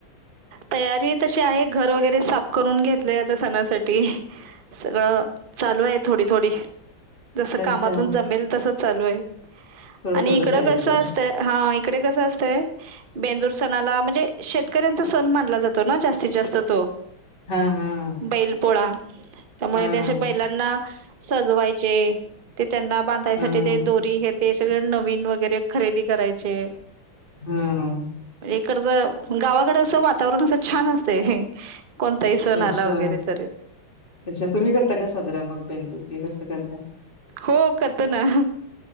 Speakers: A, on the right; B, on the left.
A: तयारी तशी आहे. घर वगैरे साफ करून घेतलं आता. सणासाठी सगळं चालू आहे. थोडी-थोडी जस
B: अच्छा
A: कामातून जमेल तस चालू आहे.
B: थोडं
A: आणि
B: थोडं
A: इकड
B: करायचं
A: कसं असतंय. हा. इकडे कसं असतंय. बेंदूर सणाला म्ह म्हणजे शेतकऱ्यांचा सण मानला जातो ना. जास्तीत जास्त तो.
B: हा. हा.
A: बैलपोळा त्यामुळे
B: हा
A: ते असे. बैलांना सजवायचे. त्यांना बांधायसाठी
B: हा
A: ते दोरी हे ते सगळ. नवीन वगैरे खरेदी करायचे.
B: हम्म.
A: इतकंच गावाकडे अस वातावरण अस छान असतंय हे. कोणता ही सण
B: अच्छा
A: आला वगैरे तरी.
B: अच्छा तुम्ही करता का साजरा. मग बेंदुर ते कसं करताय.
A: हो करतो ना